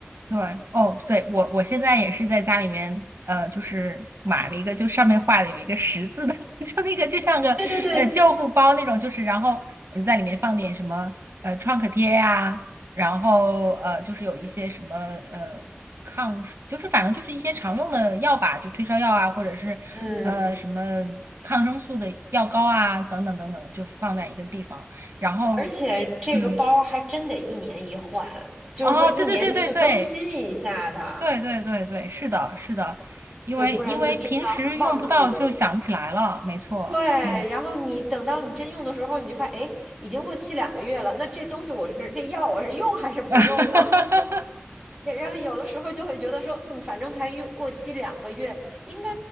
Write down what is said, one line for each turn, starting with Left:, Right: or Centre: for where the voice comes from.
Right: 对，哦，对，我我现在也是在家里面，呃，就是买了一个，就上面画的有一个十字的，<laughs> 就那个就像个呃救护包那种，
Centre: 对对对，
Right: 就是然后我就在里面放点什么呃创可贴呀、然后呃就是有一些什么呃抗，就是反正就是一些常用的药吧，就退烧药啊，或者是呃什么抗生素的药膏啊，
Centre: 嗯，
Right: 等等等等，就放在一个地方，然后
Centre: 而且这个包还真得一年一换，
Right: 嗯，
Centre: 就是说一年去更新一下它，
Right: 哦，对对对对对。对对对对，是的，是的，因为因为平时用不到就想不起来了，
Centre: 对，不然就真的忘记。
Right: 没错，
Centre: 对，
Right: 嗯，
Centre: 然后你等到你真用的时候，你就发现，哎，已经过期两个月了。那这东西我是这药我是用还是不用呢？
Right: <laughs>
Centre: <laughs> 也然后有的时候就会觉得说，嗯，反正才用过期两个月，应该